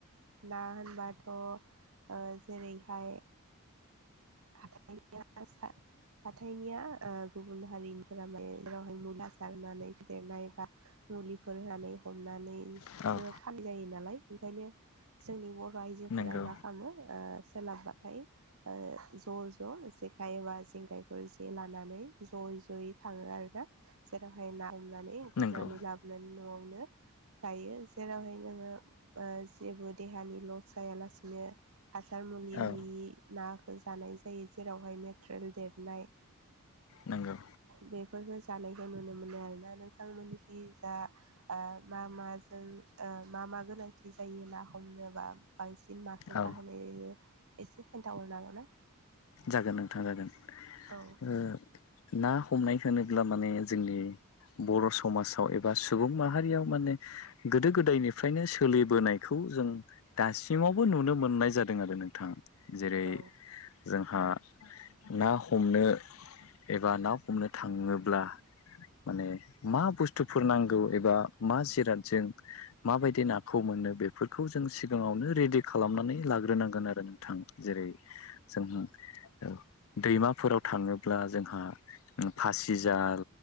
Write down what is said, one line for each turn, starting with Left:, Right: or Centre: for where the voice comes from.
Right: ना होनबा थ' जेरैहाय हाइनिया हाथाइनिया गुबुन हारिनिफोरा माने जेरावहाय मुला सारनानै फेदेरनाय बा मुलिफोर होनानै हमनानैसो
Left: औ औ
Right: फान जायो नालाय ओंखायनो जोंनि बर' आइजोफोरा
Left: नंगौ
Right: मा खालामो सोलाबबाथाय ओ ज' ज' जेखाइ एबा जेंगायफोर जे लानानै ज'यै जयै थाङो आरोना जेरावहाय ना हमनानै गुरनानै
Left: नंगौ
Right: लाबोनानै न' जायो जेरावहाय नोङो जेबो देहानि लस जायालासिनो हासार मुलि
Left: औ
Right: होयि ना जानाय जायो जेरावहाय <unintelligible> देरनाय
Left: नंगौ।
Right: बेफोरखौ जानायखौ नुनो मोनो आरोना नोंथांमोनखि जा मा मा जों मा मा गोनांथि जायो ना हमनोबा बांसिन माखौ
Left: औ
Right: बाहायनाय जायो एसे खोनथाहरनो हागोन ना
Left: जागोन नोंथां जागोन
Right: औ
Left: ओ ना हमनाय होनोब्ला माने जोंनि बर' समाजाव एबा सुबुं माहारियाव माने गोदो गोदायनिफ्रायनो सोलिबोनायखौ जों दासिमावबो नुनो मोननाय जादों आरो नोंथां जेरै
Right: औ
Left: जोंहा ना हमनो एबा ना हमनो थाङोब्ला माने मा बुस्थुफोर नांगौ एबा मा जिरादजों माबायदि नाखौ मोनो बेफोरखौ जों सिगाङावनो रेडि खालामनानै लाग्रोनांगोन आरो नोंथां जेरै जों औ दैमाफोराव थाङोब्ला जोंहा फासिजाल